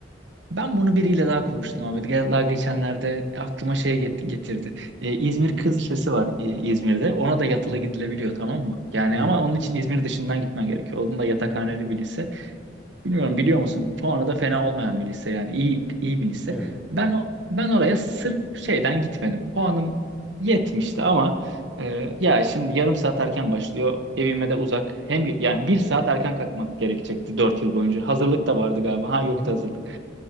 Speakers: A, on the right (about 70°); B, in the centre.
A: Ben bunu biriyle daha konuştum abi. Ge- Daha geçenlerde aklıma şey get- getirdi. E, İzmir Kız Lisesi var e, İzmir'de. Ona da yatılı
B: Hı.
A: gidilebiliyor tamam mı? Yani
B: Evet.
A: ama onun için İzmir dışından gitmen gerekiyor. Onun da yatakhaneli
B: Hı hı.
A: bir lise. Bilmiyorum biliyor musun? Puanı da fena olmayan bir lise yani iyi iyi bir lise.
B: Evet.
A: Ben o ben oraya sırf şeyden gitmedim. Puanım yetmişti ama e, ya şimdi yarım saat erken başlıyor. Evime de uzak. Hem yani bir saat erken kalkmak gerekecekti dört yıl boyunca. Hazırlık da vardı galiba. Ha yoktu
B: Hı hı.
A: hazırlık.